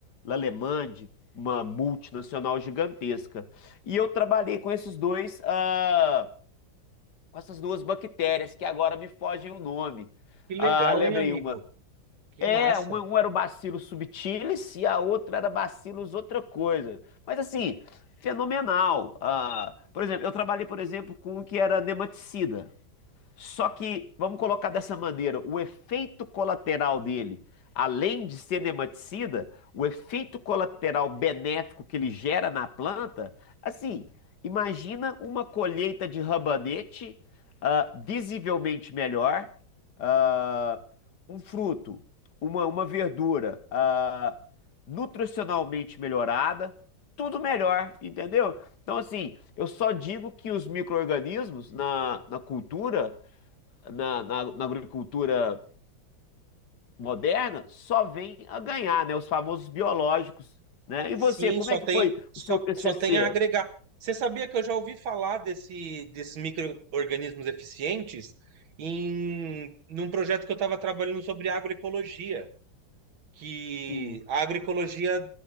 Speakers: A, on the left; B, on the right.
A: L'Allemand, uma multinacional gigantesca. E eu trabalhei com esses dois, ah, com essas duas bactérias que agora me fogem o nome.
B: Que legal,
A: Ah, lembrei
B: hein, amigo?
A: uma.
B: Que
A: É,
B: massa.
A: uma, um era o Bacillus subtilis e a outra era Bacillus outra coisa. Mas assim, fenomenal. Ah, por exemplo, eu trabalhei, por exemplo, com um que era nematicida. Só que, vamos colocar dessa maneira, o efeito colateral dele, além de ser cineticida, o efeito colateral benéfico que ele gera na planta, assim, imagina uma colheita de rabanete ah, visivelmente melhor, ah, um fruto, uma, uma verdura ah, nutricionalmente melhorada, tudo melhor, entendeu? Então, assim, eu só digo que os micro-organismos na, na cultura na, na, na agricultura moderna só vem a ganhar, né? Os famosos biológicos, né? E
B: Sim,
A: você, como
B: só
A: é que
B: tem,
A: foi
B: só,
A: o seu TCC?
B: só tem a agregar. Você sabia que eu já ouvi falar desse, desses micro-organismos eficientes em num projeto que eu estava trabalhando sobre agroecologia? que
A: Sim.
B: a agroecologia